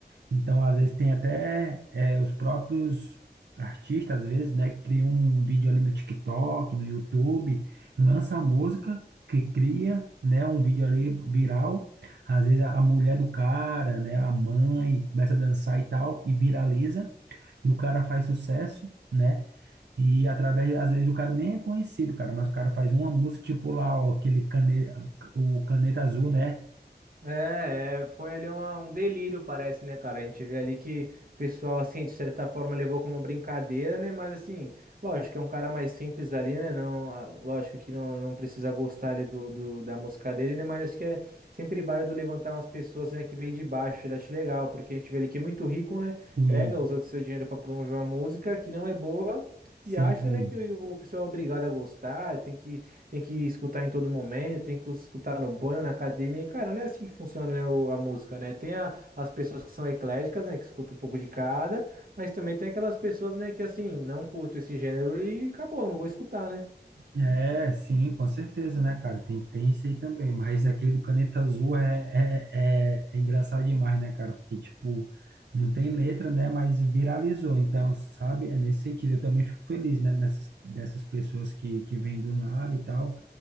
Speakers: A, on the right (about 80°); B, on the right (about 55°).
A: Então, às vezes, tem até é, os próprios artistas, às vezes, né, que criam um vídeo ali no TikTok, no YouTube, lança a música, que cria, né, um vídeo ali viral. Às vezes, a, a mulher do cara, né, a mãe, começa a dançar e tal, e viraliza, e o cara faz sucesso, né? E através, às vezes, o cara nem é conhecido, cara, mas o cara faz uma música, tipo lá, ó, aquele caneta, o Caneta Azul, né?
B: É, é, foi ali uma- um delírio, parece, né, cara? A gente vê ali que o pessoal, assim, de certa forma levou como brincadeira, né? Mas, assim, lógico, é um cara mais simples ali, né? Não, ah, lógico que não, não precisa gostar ali do, do- da música dele, né? Mas acho que é sempre válido levantar umas pessoas, né, que vêm de baixo. Eu acho legal, porque a gente vê ali que é muito rico, né?
A: Sim.
B: Pega, usa o seu dinheiro para promover uma música que não é boa.
A: Sim,
B: E acha, né, que o o pessoal é obrigado a gostar, tem que tem que escutar em todo momento, tem que escutar no banho, na academia. E, cara, não é assim que funciona, né, o- a música, né? Tem a- as pessoas que são ecléticas, né, que escutam um pouco de cada, mas também tem aquelas pessoas, né, que assim, não curto esse gênero e acabou, não vou escutar, né?
A: É, sim, com certeza, né, cara? Tem, tem isso aí também, mas aquele do Caneta Azul é, é, é, é engraçado demais, né, cara? Porque, tipo, não tem letra, né, mas viralizou. Então, sabe, é nesse sentido. Eu também fico feliz, né, nessas, dessas pessoas que, que vêm do nada e tal.